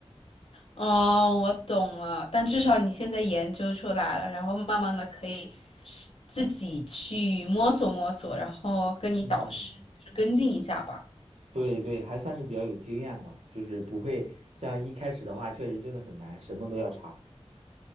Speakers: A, on the left; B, on the right.
A: 哦，我懂了。但至少你现在研究出来了，然后慢慢的可以自己去摸索摸索，然后跟你导师就是跟进一下吧。
B: 嗯，对对，还算是比较有经验嘛，就是不会像一开始的话，确实真的很难，什么都要查。